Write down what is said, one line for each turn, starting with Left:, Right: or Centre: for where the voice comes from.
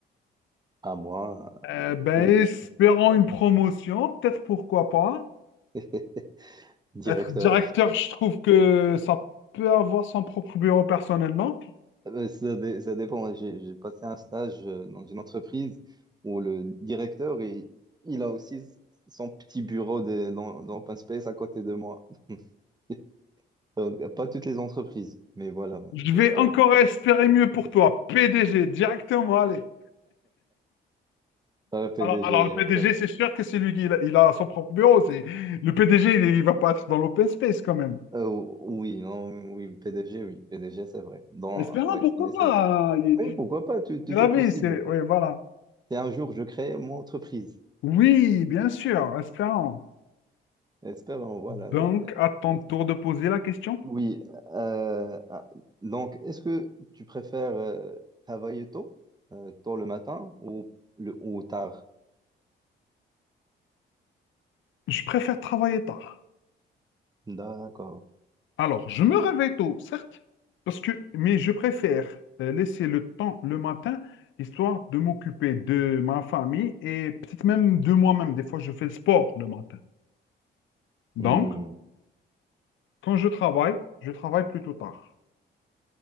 Right: à moi
Left: Euh,
Right: euh,
Left: ben,
Right: que,
Left: espérant
Right: voilà,
Left: une promotion, peut-être pourquoi pas.
Right: <laughs> directeur.
Left: Être directeur, je trouve que ça peut avoir son propre bureau personnellement.
Right: Euh, Ça, dé- ça dépend. J'ai j'ai passé un stage euh, dans une entreprise où le directeur, il, il a aussi s- son petit bureau de- dans, dans Open Space à côté de moi. <laughs> Donc, pas toutes les entreprises, mais voilà,
Left: Je
Right: j'espère.
Left: vais encore espérer mieux pour toi. PDG, directement, allez.
Right: Ah, PDG,
Left: Alors, alors le PDG,
Right: ouais, c'est vrai.
Left: c'est sûr que c'est lui qui il a, il a son propre bureau. C'est... Le PDG, il, il va pas être dans l'open space quand même.
Right: Euh, oui, non, oui, PDG, oui, PDG, c'est vrai. Dans,
Left: Espérant,
Right: ouais,
Left: pourquoi
Right: mais c'est,
Left: pas? Il,
Right: oui, pourquoi pas, tout, tout
Left: il avait,
Right: est possible.
Left: c'est... Oui, voilà.
Right: Et un jour, je crée mon entreprise.
Left: Oui, bien sûr, espérant.
Right: Espérons, voilà,
Left: Donc,
Right: oui, euh,
Left: à ton
Right: j'espère.
Left: tour de poser la question.
Right: Oui, euh, ah, donc, est-ce que tu préfères euh, travailler tôt, euh, tôt le matin ou, le, ou tard?
Left: Je préfère travailler tard.
Right: D'accord.
Left: Alors, je me réveille tôt, certes, parce que, mais je préfère euh, laisser le temps le matin, histoire de m'occuper de ma famille et peut-être même de moi-même. Des fois, je fais le sport le matin. Donc,
Right: Hmm,
Left: quand je travaille, je travaille plutôt tard.